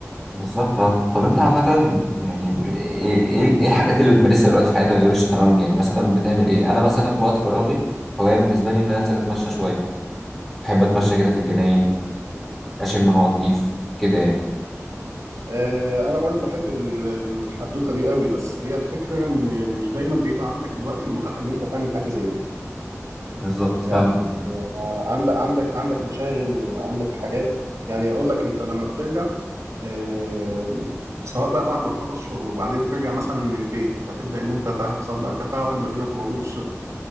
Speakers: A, in the centre; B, on the right (about 80°).
A: بالظبط اه طب انت عامه يعني ب- ايه ايه إيه الحاجات اللي بتمارسها دلوقتي في حياتك غير الشطرنج يعني مثلا بتعمل ايه انا مثلا في وقت فراغي هوايه بالنسبه لي ان انا انزل اتمشى شويه بحب اتمشى كده في الجناين اشم هوا نضيف كده يعني
B: آه، انا برضو بحب ال- الحدوته دي قوي بس هي الفكره ان مش دايما بيبقى عندك الوقت المتاح ان انت تعمل حاجه زي دي
A: بالظبط
B: يعني
A: فاهم
B: آه، عندك عندك عندك مشاغل وعندك حاجات يعني يقول لك انت لما بترجع آه، سواء بقى بعد ما تخلص شغل وبعدين ترجع مثلا للبيت فتبدأ ان انت تحصل بقى تفاعل ما بينك وما بين اسرتك